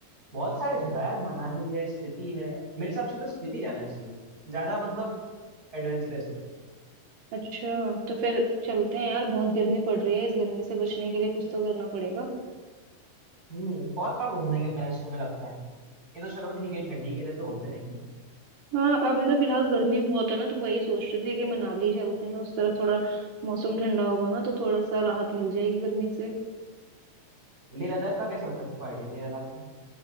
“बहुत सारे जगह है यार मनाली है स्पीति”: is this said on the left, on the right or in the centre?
Right